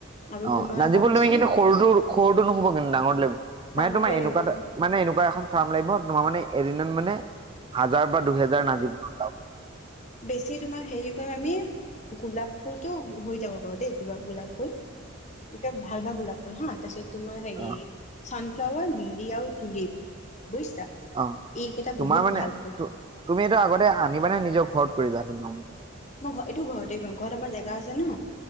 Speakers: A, on the left; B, on the right.
A: আৰু
B: অ',
A: তোমাৰ
B: নাজিফুল
A: ভাবিছো
B: তুমি কিন্তু সৰুটো, সৰুটো নোহোব কিন্তু ডাঙৰটো লাগিব।
A: ডাঙৰটোৱে
B: মানে তোমাৰ এনেকুৱা
A: লাগিব গ'ল
B: মানে, এনেকুৱা এখন ফ্ৰাম লাগিব তোমাৰ মানে এদিনত মানে হাজাৰ বা দুহেজাৰ নাজি <unintelligible> ওলাব
A: বেছি তোমাৰ হেৰি কৰিম আমি গোলাপ ফুলটো হোই যাব বাৰু দেই, গো-গোলাপ ফুল। এটা ভাল, ভাল গোলাপ ফুল হা, তাৰপিছত তোমাৰ হেৰি
B: অ
A: ছানফ্লাৱাৰ, লিলি আৰু তুলিপ বুজিছা
B: অ',
A: এইকেইটা বহুত
B: তোমাৰ মানে
A: ভাল
B: তু-তুমি
A: ফুল
B: এইটো আগতে আনিবানে নিজৰ ঘৰত কৰিবা <unintelligible>
A: মই ঘ-এইটো ঘৰতে কৰিম, ঘৰত আমাৰ জেগা আছে ন'।